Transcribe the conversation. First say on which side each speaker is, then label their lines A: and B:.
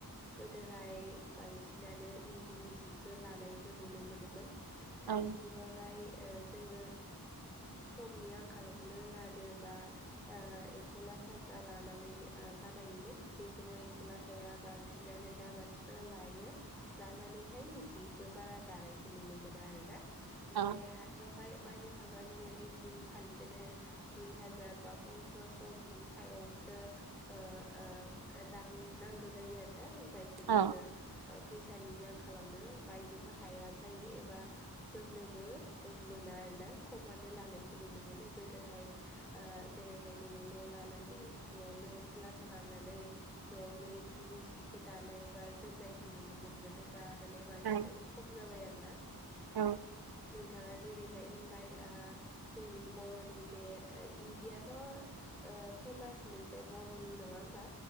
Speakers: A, in the centre; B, on the right.
A: गोदोहाय बांसिनानो इन्दिनि जिखौ लानायखौ नुनो मोनोमोन दानि
B: औ
A: जुगावहाय ओ जोङो समनि आंखाल आंखालवानो आरो बा ओ एम्फौ लाथा जा लानानै बानायोमोन बेखौबो एम्फौ लाथाया बांसिन बिनानै दा मानसिफोरा लायो। लानानैहाय जिखौ बारा दानायखौ नुनो मोना आरो ना।
B: औ
A: ओमफाय हाथायावहाय बायनो थांबा जोङो इन्दिनि फालि बिदिनो दुइ हाजार बा पन्द्रस' बिनि सायावसो ओ ओ रां नांगौ जायो आरो दा जायखौ
B: औ
A: जोङो ओ फैसानि आंखालावनो बायनोबो हाया जायो एबा जोमनोबो मोना आरो ना, खमानो लानायखौ नुनो मोनो। गोदोहाय ओ जेरैहाय न' न' लानानै न'आवनो एम्फौ लाथा लानानै न'आवनो इन्दिनि जिखौ दानाय बा जोमनायखौ नुनो मोनबोदो। दा माने बांसिनानो
B: औ
A: खम जाबाय आरो ना।
B: औ
A: नोंथाङा जेरैहाय होनबाय आ जोंनि बर'नि बे ओ इन्दियाथ' ओ फेमास मोनसे बर'नि नङा होमबा?